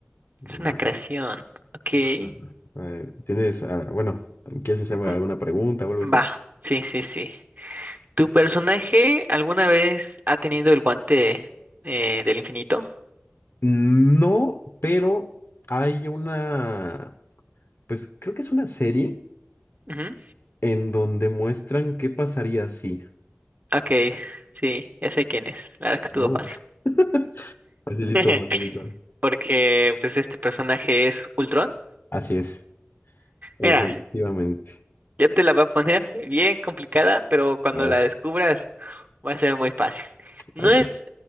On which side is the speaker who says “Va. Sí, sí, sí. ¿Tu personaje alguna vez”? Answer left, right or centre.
Right